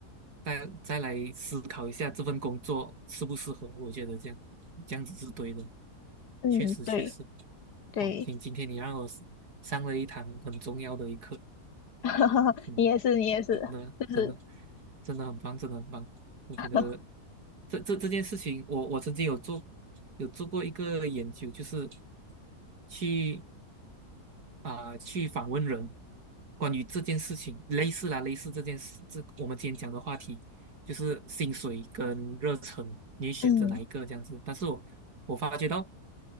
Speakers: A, on the right; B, on the left.
A: 再再来思考一下这份工作适不适合。我觉得这样这样子是对的，
B: 嗯，
A: 确实确实。
B: 对。对，
A: 哦，今今天你让我上了一堂很重要的一课。
B: <laughs>
A: 嗯。
B: 你也是，你也是，
A: 真的，
B: 就是，
A: 真的，真的很棒，真的很棒。我觉得
B: <laughs>
A: 这这这件事情，我我曾经有做有做过一个研究，就是去啊、去访问人关于这件事情，类似啦，类似这件事，这我们今天讲的话题就是薪水跟热忱，你会选择哪一个这样子？
B: 嗯，
A: 但是我我发觉到